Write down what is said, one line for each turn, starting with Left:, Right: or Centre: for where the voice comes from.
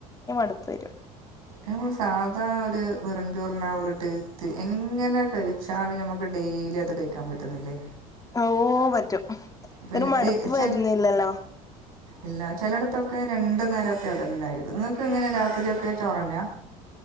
Left: പത്തരും <inaudible>
Right: നമ്മൾ സാധാ ഒരു വെറിഞ്ചോറിന്റെ ആ ഒരു ടേസ്റ്റ് എങ്ങനെ കഴിച്ചാലും ഞമ്മക്ക് ഡെയിലി അത് കഴിക്കാൻ പറ്റുന്നില്ലേ.
Left: ഓ പറ്റും
Right: പിന്നെ
Left: ഒരു മടുപ്പ്
Right: ഈ ചില
Left: വരുന്നില്ലല്ലോ.
Right: എല്ലാ ചിലയിടത്തൊക്കെ രണ്ടു നേരമൊക്കെ അതന്നായിരിക്കും നിങ്ങൾക്ക് എങ്ങനെ രാത്രിയൊക്കെ ചോറ് തന്നയാ.